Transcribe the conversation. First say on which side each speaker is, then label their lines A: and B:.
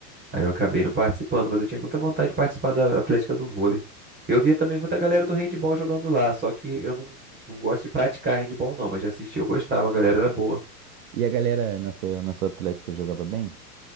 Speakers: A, on the right; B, on the right.
A: Aí eu acabei não participando, mas eu tinha muita vontade de participar da Atlética do vôlei. Eu via também muita galera do handball jogando lá, só que eu não, não gosto de praticar handball não, mas de assistir eu gostava, a galera era boa.
B: E a galera na sua, na sua Atlética jogava bem?